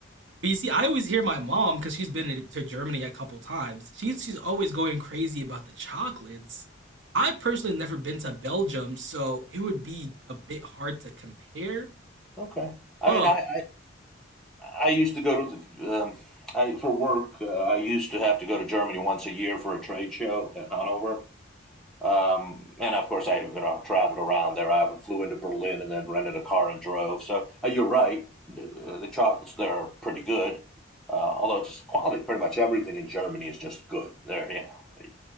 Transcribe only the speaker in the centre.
Okay. I
mean, I I, I used to go to the, um, I, for work. Uh, I used to have to go to Germany once a year for a trade show at Hanover, Um, and of course, I you know traveled around there. I often flew into Berlin and then rented a car and drove. So uh, you're right, the, the chocolates there are pretty good. Uh, although just quality, pretty much everything in Germany is just good. They're you know a